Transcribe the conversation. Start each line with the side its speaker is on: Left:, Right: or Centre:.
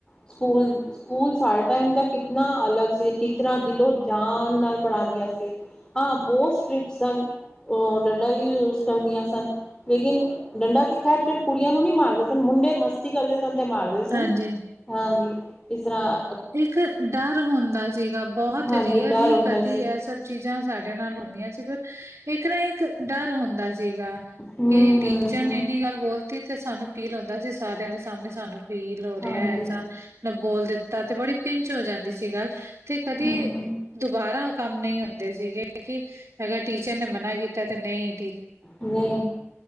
Left: ਸਕੂਲ ਸਕੂਲ ਸਾਡੇ ਟਾਈਮ ਦਾ ਕਿਤਨਾ ਅਲੱਗ ਸੀ ਟੀਚਰਾਂ ਦਿਲੋਂ ਜਾਨ ਨਾਲ ਪੜਾਂਦੀਆ ਸੀ। ਹਾਂ ਬਹੁਤ ਸਟਰ੍ਰਿਕ ਸਨ ਡੰਡਾ ਵੀ ਯੂਜ ਕਰਦੀਆ ਸਨ। ਲੇਕਿਨ ਡੰਡਾ ਤੇ ਖੈਰ ਚ ਕੁੜੀਆ ਨੂੰ ਨੀ ਮਾਰਦੇ ਸਨ ਮੁੰਡੇ ਮਸ ਤੀ ਕਰਦੇ ਸਨ ਤੇ ਮਾਰਦੇ ਸਨ
Right: ਹਾਂਜੀ,
Left: ਹਾਂਜੀ ਇਸ ਤਰ੍ਹਾ
Right: ਇੱਕ ਡਰ ਹੁੰਦਾ ਸੀਗਾ ਬਹੁਤ
Left: ਹਾਂਜੀ
Right: ਰੀਅਰ
Left: ਡਰ
Right: ਹੀ
Left: ਹੁੰਦਾ
Right: ਕਦੀ
Left: ਸੀ
Right: ਐਸ ਚੀਜ਼ਾਂ ਸਾਡੇ ਨਾਲ ਹੁੰਦੀਆ ਸੀ ਪਰ ਇੱਕ ਨਾ ਇੱਕ ਡਰ ਹੁੰਦਾ ਸੀਗਾ।
Left: ਹੂੰ
Right: ਕਿ
Left: ਹੂੰ
Right: ਟੀਚਰ
Left: ਹੂੰ
Right: ਨੇ ਇੰਨੀ ਗੱਲ ਬੋਲ ਤੇ ਸਾਨੂੰ ਫੀਲ ਹੁੰਦਾ ਸੀ ਸਾਰਿਆ ਦੇ ਸਾਹਮਣੇ ਸਾਨੂੰ ਫੀਲ ਹੋ
Left: ਹਾਂਜੀ
Right: ਰਿਹਾ ਐਸਾ ਬੋਲ ਦਿੱ ਤਾ ਤੇ ਬੜੀ ਪਿੰਚ ਹੋ ਜਾਂਦੀ ਸੀ ਗੱਲ ਤੇ ਕਦੇ
Left: ਹੂੰ
Right: ਦੁਬਾਰਾ ਉਹ ਕੰਮ ਨੀ ਹੁੰਦਾ ਸੀਗੇ ਕਿ ਅਗਰ ਟੀਚਰ ਨੇ ਮਨਾ ਕੀਤਾ ਤੇ ਨਹੀ
Left: ਨਹੀ